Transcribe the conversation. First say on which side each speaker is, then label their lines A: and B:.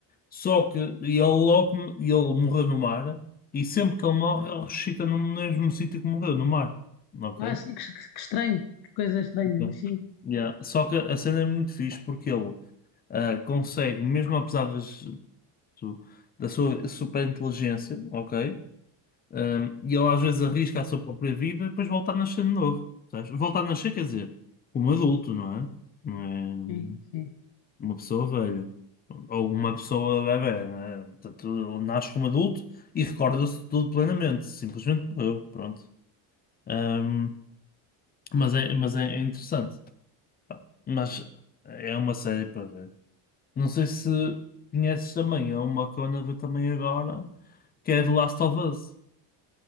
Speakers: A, on the left; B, on the left.
A: Só que ele logo. Ele morreu no mar. E sempre que ele morre, ele ressuscita no mesmo sítio que morreu, no mar. Ok?
B: Ah, sim, que, que- que estranho, que coisa estranha,
A: Yeah.
B: mas sim,
A: Yeah. Só que a cena é muito fixe porque ele ah, consegue, mesmo apesar das- do- da sua super inteligência, ok? Um, e ele às vezes arrisca a sua própria vida e depois volta a nascer de novo. Sabes? Volta a nascer, quer dizer, como adulto, não é? Não
B: sim, sim.
A: é uma pessoa velha. Ou uma pessoa bebé, não é? Portanto, ele nasce como adulto e recorda-se de tudo plenamente. Simplesmente morreu, pronto. Um, mas é, mas é, é interessante. Mas é uma série para ver. Não sei se conheces também, é uma que eu ando a ver também agora, que é The Last of Us.